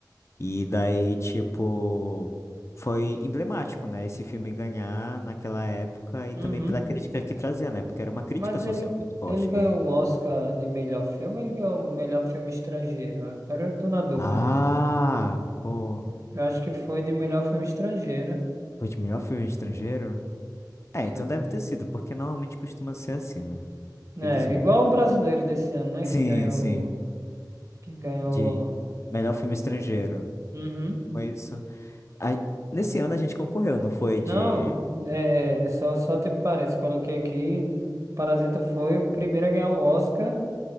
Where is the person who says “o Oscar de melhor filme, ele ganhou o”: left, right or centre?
Right